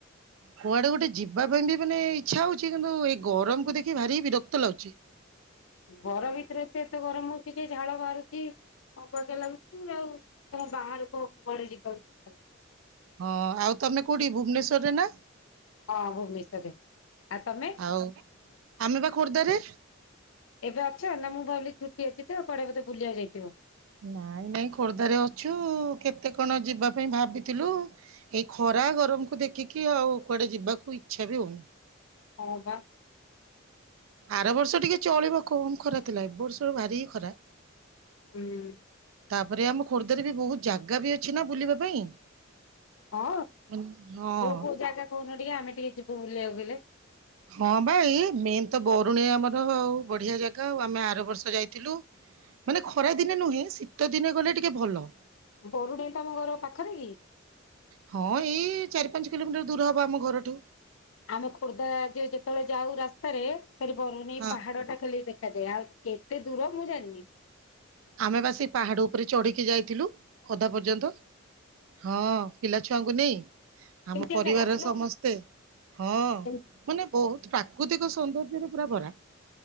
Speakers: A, on the right; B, on the left.
A: କୁଆଡେ ଗୋଟେ ଯିବା ପାଇଁ ବି ମାନେ ଇଚ୍ଛା ହଉଛି କିନ୍ତୁ ଏଇ ଗରମକୁ ଦେଖି ଭାରି ବିରକ୍ତ ଲାଗୁଛି।
B: ଘର ଭିତେରେ ଏତେ-ଏତେ ଗରମ୍ ହଉଚି ଯେ ଝାଳ ବାହାରୁଚି ଅବାଗିଆ ଲାଗୁଚି ଆଉ ତମେ ବାହାରକୁ କୁଆଡେ ଯିବା କୁ ଇଚ୍ଛା
A: ହଁ ଆଉ ତମେ କୋଉଠି ଭୁବନେଶ୍ୱର ରେ ନା?
B: ହଁ ଭୂବନେଶ୍ୱର ରେ। ଆଉ ତମେ
A: ଆଉ ଆମେ ବା ଖୋର୍ଦ୍ଧାରେ।
B: ଏବେ ଅଛ ନା ମୁଁ ଭାବିଲି ଛୁଟି ଅଛି ତ କୁଆଡେ ବୋଧେ ବୁଲିବାକୁ ଯାଇଥିବ।
A: ନାଇଁ-ନାଇଁ ଖୋର୍ଦ୍ଧାରେ ଅଛୁ କେତେ କଣ ଯିବା ପାଇଁ ଭାବିଥିଲୁ, ଏଇ ଖରା ଗରମ୍ କୁ ଦେଖିକି ଆଉ କୁଆଡେ ଯିବାକୁ ଇଚ୍ଛା ବି ହଉନି।
B: ହ ବା।
A: ଆର ବର୍ଷ ଟିକେ ଚଳିବ କମ୍ ଖରା ଥିଲା, ଏ ବର୍ଷ ଭାରି ଖରା।
B: ହୁଁ।
A: ତାପରେ ଆମ ଖୋର୍ଦ୍ଧାରେ ବି ବହୁତ ଜାଗା ବି ଅଛି ନା ବୁଲିବା ପାଇଁ
B: ହଁ
A: ହଁ
B: କୋଉ କୋଉ ଜାଗା କହୁନ ଟିକେ ଆମେ ଟିକେ ଯିବୁ ବୁଲିବାକୁ ଗଲେ।
A: ହଁ ବା ଏଇ ମେନ୍ ତ ବରୁଣେଇ ଆମର ଆଉ ବଢିଆ ଜାଗା ଆ ଆମେ ଆର ବର୍ଷ ଯାଇଥିଲୁ ମାନେ ଖରା ଦିନେ ନୁହେଁ ଶୀତ ଦିନେ ଗଲେ ଟିକେ ଭଲ।
B: ବରୁଡେଇ ତମ ଘର ପାଖରେ କି?
A: ହଁ ଏଇ ଚାରି ପାଞ୍ଚ କିଲୋମିଟର ଦୂର ହବ ଆମ ଘରଠୁ।
B: ଆମ ଖୋର୍ଦ୍ଧା ଯେ ଯେତେବେଳେ ଯାଉ ରାସ୍ତାରେ ସେଠୁ ବରୁଣେଇ
A: ହଁ।
B: ପାହାଡଟା ଖାଲି ଦେଖ ଆଉ କେତେ ଦୂର ମୁଁ ଜାଣିନି।
A: ଆମେ ବା ସେ ପାହାଡ ଉପରେ ଚଢିକି ଯାଇଥିଲୁ। ଅଧା ପର୍ଯ୍ୟନ୍ତ। ହଁ ପିଲାଛୁଆଙ୍କୁ ନେଇ
B: କେମିତିଆ
A: ଆମ ପରିବାରର
B: ଜାଗା ଭଲ
A: ସମସ୍ତେ ହଁ
B: ସେ
A: ମାନେ ବହୁତ ପ୍ରାକୃତିକ ସୌନ୍ଦର୍ଯ୍ୟରେ ପୁରା ଭରା।